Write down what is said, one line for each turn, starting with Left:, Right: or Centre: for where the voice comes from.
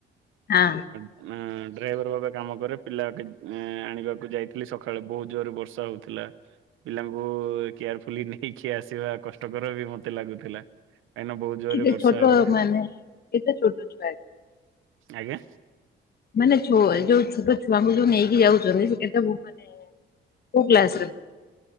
Left: ହଁ।
Right: ଉଁ। ଡ୍ରାଇଭର ଭାବେ କାମ କରେ। ପିଲା କେତ୍ ଏଁ ଆଣିବାକୁ ଯାଇଥିଲି ସକାଳେ ବହୁତ ଜୋରରେ ବର୍ଷା ହଉଥିଲା। ପିଲାଙ୍କୁ କେୟାରଫୁଲି ନେଇକି ଆସିବା କଷ୍ଟକର ବି ମତେ ଲାଗୁଥିଲା। କାଇଁ ନା ବହୁତ ଜୋରରେ
Left: କେତେ
Right: ବର୍ଷା
Left: ଛୋଟ
Right: ହଉଥିଲା
Left: ମାନେ କେତେ ଛୋଟ ଛୁଆ?
Right: ଆଜ୍ଞା।
Left: ମାନେ ଛୋ ଯଉ ଛୋଟ ଛୁଆଙ୍କୁ ଯୋଉ ନେଇକି ଯାଉଛନ୍ତି ସେମାନେ କୋଉ କ୍ଲାସରେ